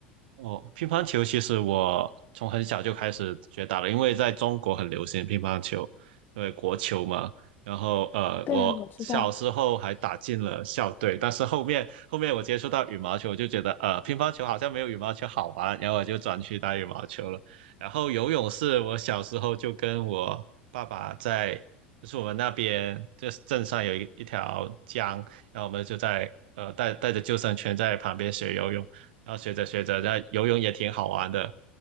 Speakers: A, on the right (about 60°); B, on the left (about 35°).
A: 哦，乒乓球其实我从很小就开始学打了，因为在中国很流行乒乓球，因为国球嘛。然后呃，
B: 对，
A: 我小时候还打进了校队，
B: 我知道。
A: 但是后面后面我接触到羽毛球，我就觉得呃，乒乓球好像没有羽毛球好玩，然后我就转去打羽毛球了。然后游泳是我小时候就跟我爸爸在，就是我们那边就是镇上有一一条江，然后我们就在呃带带着救生圈在旁边学游泳。然后学着学着，那游泳也挺好玩的，